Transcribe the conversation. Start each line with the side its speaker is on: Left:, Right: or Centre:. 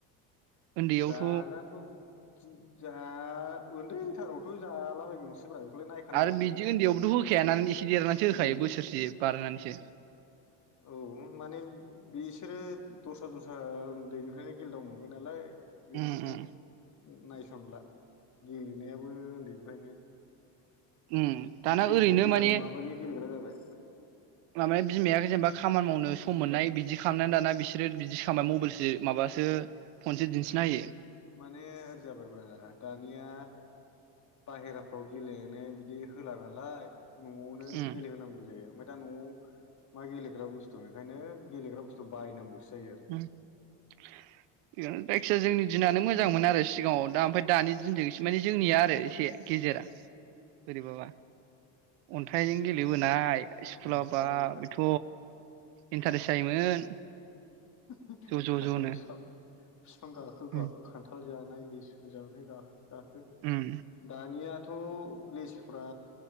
Right: उन्दैयावथ'
Left: जागानथ' खि जा उन्दै रावथ' जालाबाय गौमोनसो। फोरा बेखौलाय नायखानांगौसना
Right: आरो बिदि
Left: नों
Right: उन्दैयावबोथ'
Left: जेखिबो
Right: होखायाना एसे देरनानैसो
Left: उन्दै
Right: होखायो बोसोरसे बारनानैसो
Left: औ माने बिसोरो दस्रा दस्रा उन्दैनिफ्रायनो गेलेदाव मोनबाय नालाय बेफोरखौ
Right: उम उम
Left: नायसनला गेलेनायाबो उन्दैनिफ्रायनो
Right: उम दाना
Left: बिगियान
Right: ओरैनो माने
Left: माबाजों गेलेग्रा जाबाय
Right: माबाया बिमाया जेनेबा खामानि मावनो सम मोननाय बिदि खालामनानै दाना बिसोरो बिदि खालामबाय मबाइलसो माबासो फनसो दिन्थिनो होयो
Left: माने ओरै जाबायब्रा दानिया बाहेराफ्राव गेलेनो बिदि होला नालाय न'आवनो
Right: उम
Left: गेलेहोनांगौ जायो ओमफ्राय दा न'आव मा गेलेग्रा बुस्थु बेंखायनो गेलेग्रा बुस्थु बायनांगौसो जायो आरो
Right: होम थिगानो जायखिजाया जोंनि दिनानो मोजांमोनो आरो सिगाङाव दा ओमफ्राय दानि दिनजों एसे माने जोंनिया आरो एसे गेजेरा बोरैबाबा अन्थाइजों गेलेबोनाय स्कुला
Left: ओमफ्राय
Right: बा बेथ' इन्टारेस जायोमोन
Left: खान्थाल
Right: ज' ज' ज'नो
Left: फिफां फिफां गाखो गाखो
Right: उम
Left: खान्थाल जानाय लिसु जानाय गाखो गाखो
Right: उम
Left: दानिया थ' पुलिसफोरा